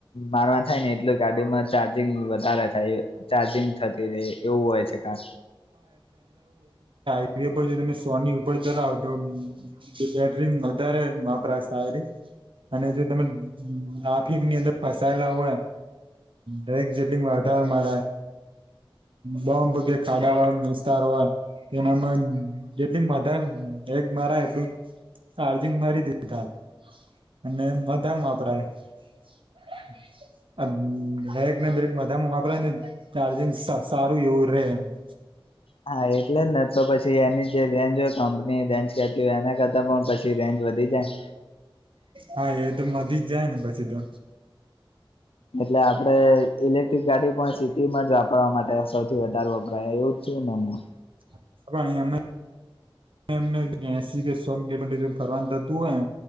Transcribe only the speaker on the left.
મારવા થાય ને એટલે ગાડીમાં ચાર્જિંગ વધારે થાય ચાર્જિંગ થતી રે એવું હોય છે. કા
હા એટલે જ ને તો પછી એની જે ધ્યાન જોય કં ને રેન્જ કેટલી હોય એના કરતા પણ પછી રેન્જ વધી જાય.
એટલે આપડે ઇલેક્ટ્રિક ગાડી પણ સિટીમાં જ વાપરવા માટે સૌથી વધારે વપરાય એવું. છે નામાં.